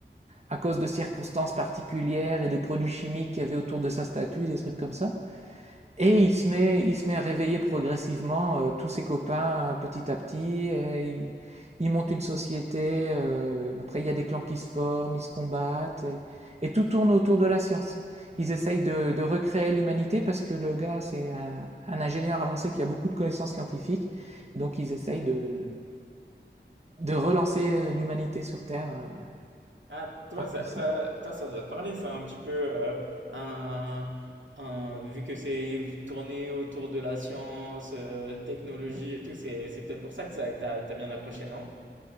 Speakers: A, on the right; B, on the right.
A: à cause de circonstances particulières et de produits chimiques qu'il y avait autour de sa statue, des trucs comme ça. Et il se met, il se met à réveiller progressivement euh, tous ses copains euh, petit à petit. Et il, il monte une société. euh, après, il y a des clans qui se forment, ils se combattent. Et, et tout tourne autour de la science. Ils essayent de, de recréer l'humanité parce que le gars, c'est un, un ingénieur avancé qui a beaucoup de connaissances scientifiques. Donc, ils essayent de, de relancer l'humanité sur Terre euh,
B: Ah, toi
A: à partir
B: ça,
A: de ça.
B: toi, toi, ça doit te parler, ça, un petit peu. euh, un, un- vu que c'est tourné autour de la science, euh, technologie
A: Mmh.
B: et tout, c'est, c'est peut-être pour ça que ça, t'as, t'as bien accroché, non?